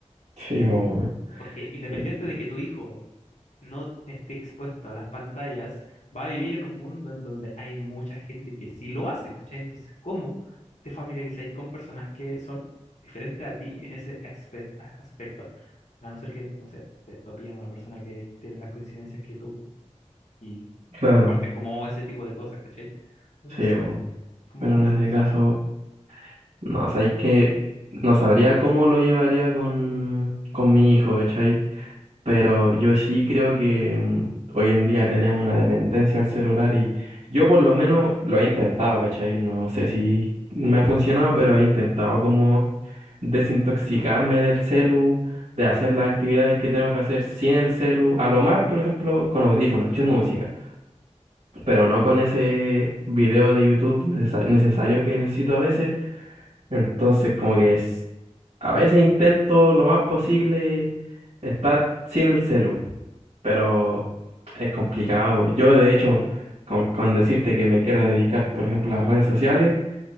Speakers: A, on the right; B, on the left.
A: sí, po,
B: Porque independiente
A: sí,
B: de que tu hijo no esté expuesto a las pantallas, va a vivir en un mundo en donde hay mucha gente que sí lo hace, ¿cachai? Entonces, ¿cómo te familiarizáis con personas que son diferentes a ti en ese aspe- aspecto? A no ser que, no sé, te topilla una persona que tiene las coincidencias que tú y
A: claro,
B: comparten como ese tipo de cosas, ¿cachai? Entonces, no
A: sí, po.
B: sé, como
A: Pero
B: que me hace
A: en ese
B: pensar.
A: caso, no, sabéis que no sabría cómo lo llevaría con, con mi hijo, ¿cachai? Pero yo sí creo que mm, hoy en día tenemos una dependencia al celular y yo por lo menos lo he intentado, ¿cachai? No sé si me ha funcionado, pero he intentado como desintoxicarme del celu, de hacer las actividades que tengo que hacer sin el celu, a lo más, por ejemplo, con audífonos, escuchando música, pero no con ese video de YouTube necesa- necesario que necesito a veces. Entonces, como que es- a veces intento lo más posible estar sin el celu pero es complicado. Yo, de hecho, con, con decirte que me quiero dedicar, por ejemplo, a las redes sociales,